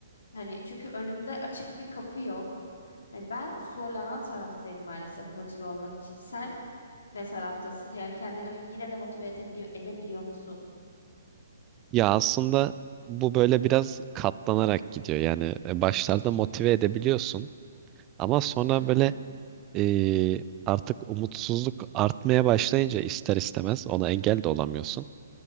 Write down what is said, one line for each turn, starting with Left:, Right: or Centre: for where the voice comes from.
Left: Hani çünkü önümde açık bir kapı yok. Hani ben zorlanan taraftayım maalesef motive olmak için. Sen ne taraftasın? Yani kendini yine de motive edebiliyor, edebiliyor musun?
Right: Ya aslında bu böyle biraz katlanarak gidiyor. Yani e, başlarda motive edebiliyorsun ama sonra
Left: Hı
Right: böyle
Left: hı.
Right: e, artık umutsuzluk artmaya başlayınca ister istemez ona engel de olamıyorsun.